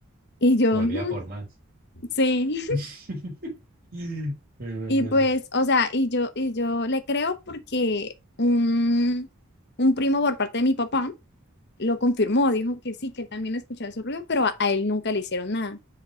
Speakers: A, on the left; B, on the right.
A: Y yo,
B: Volvía
A: "Ujú,
B: por más.
A: sí.
B: <laughs> Ay, madre.
A: Y pues, o sea, y yo, y yo le creo porque un, un primo por parte de mi papá lo confirmó, dijo que sí, que también escuchaba su ruido, pero a, a él nunca le hicieron nada.